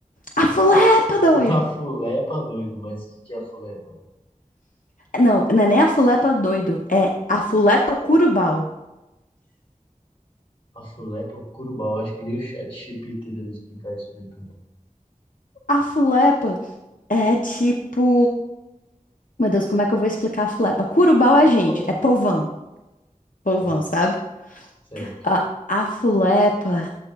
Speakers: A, on the left (about 75°); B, on the left (about 40°).
A: A fulepa doido.
B: A fulepa, doido, mas o que, que é a fulepa?
A: Não, não é nem a fulepa doido, é a fulepa curubal.
B: A fulepa, o curubau, acho que nem o chat GPT deve explicar isso bem pra mim.
A: A fulepa é tipo Meu Deus, como é que eu vou explicar a Fulepa? Curubau é
B: A
A: gente,
B: fulepa.
A: é povão. Povão,
B: Tá,
A: sabe?
B: certo.
A: A, a Fulepa.